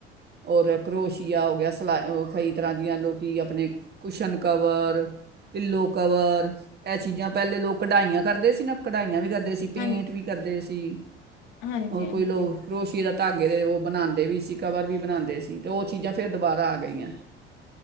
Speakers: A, on the right (about 30°); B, on the left (about 55°).
A: ਔਰ ਕਰੋਸ਼ੀਆ ਹੋ ਗਿਆ ਸਲਾਈ ਕਈ ਤਰ੍ਹਾਂ ਦੀਆਂ ਲੋਕੀ ਆਪਣੇ ਕੁਸ਼ਨ ਕਵਰ। ਪਿੱਲੋ ਕਵਰ ਐ ਚੀਜ਼ਾਂ ਪੈਲੇ ਲੋਕ ਕਢਾਈਆਂ ਕਰਦੇ ਸੀ ਨਾ ਕਢਾਈਆਂ ਵੀ ਕਰਦੇ ਸੀ ਪੇਂਟ
B: ਹਾਂ
A: ਵੀ ਕਰਦੇ ਸੀ
B: ਹਾਂਜੀ
A: ਹੋਰ
B: ਹਾਂਜੀ
A: ਕੋਈ ਲੋਗ ਕਰੋਸ਼ੀਏ ਦਾ ਧਾਗੇ ਦੇ ਓ ਬਣਾਂਦੇ ਵੀ ਸੀ ਕਵਰ ਵੀ ਬਣਾਂਦੇ ਸੀ ਤੇ ਓ ਚੀਜ਼ਾਂ ਫਿਰ ਦੁਬਾਰਾ ਆ ਗਈ ਐ।